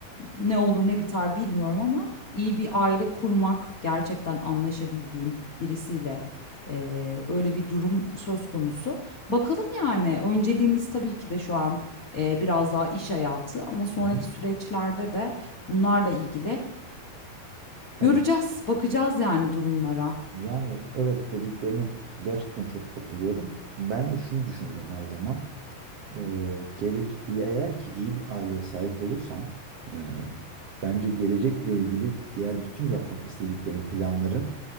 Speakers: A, on the left; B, on the right.
A: ne olur ne biter bilmiyorum ama iyi bir aile kurmak, gerçekten anlaşabildiğin birisiyle, eee, öyle bir durum söz konusu. Bakalım, yani, önceliğimiz tabii ki de şu an, eee, biraz daha iş hayatı ama sonraki
B: Hı hı.
A: süreçlerde de bunlarla ilgili
B: Tabii.
A: Göreceğiz, bakacağız yani durumlara.
B: Yani evet dediklerine gerçekten çok katılıyorum. Ben de şunu düşünürüm her zaman. Ee, gelece- eğer ki iyi bir aileye sahip olursan, e, bence gelecekle ilgili diğer bütün yapmak istediklerini planların